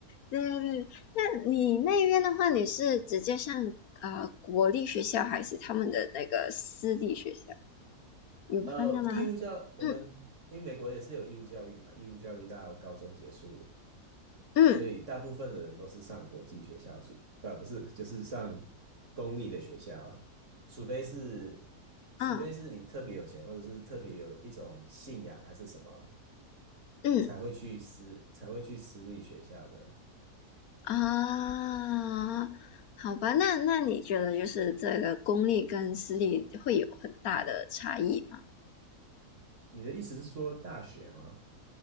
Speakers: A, on the left; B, on the right.
A: 对对对，那你那边的话，你是直接上呃国立学校还是他们的那个私立学校？有分的吗？
B: 呃，义务教我们因为美国也是有义务教育嘛，
A: 嗯，
B: 义务教育到高中结束，
A: 嗯
B: 所以大部分的人都是上国际学校，除不不是就是上公立的学校啊，除非是除非是你特别有钱，
A: 嗯
B: 或者是特别有一种信仰还是什么，
A: 嗯
B: 才会去私才会去私立学校的。
A: 啊，好吧，那那你觉得就是这个公立跟私立会有很大的差异吗？
B: 你的意思是说大学吗？